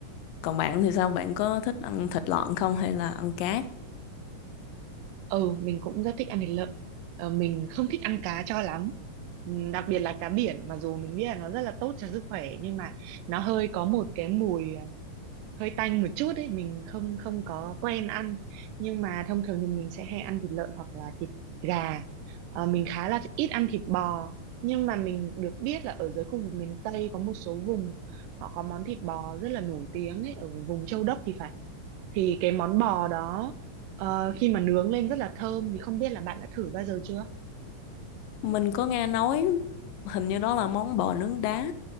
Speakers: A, on the left; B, on the right.
A: còn bạn thì sao bạn có thích ăn thịt lợn không hay là ăn cá
B: Ừ, mình cũng rất thích ăn thịt lợn. Ờ, mình không thích ăn cá cho lắm. Ừm, Đặc biệt là cá biển, mặc dù mình biết là nó rất là tốt cho sức khỏe nhưng mà nó hơi có một cái mùi à, hơi tanh một chút ấy, mình không không có quen ăn. Nhưng mà thông thường thì mình sẽ hay ăn thịt lợn hoặc là thịt gà. Ờ, mình khá là ít ăn thịt bò, nhưng mà mình được biết là ở dưới khu vực miền Tây có một số vùng họ có món thịt bò rất là nổi tiếng ấy, ở vùng Châu Đốc thì phải. Thì cái món bò đó Ờ, khi mà nướng lên rất là thơm thì không biết là bạn đã thử bao giờ chưa?
A: mình có nghe nói hình như đó là món bò nướng đá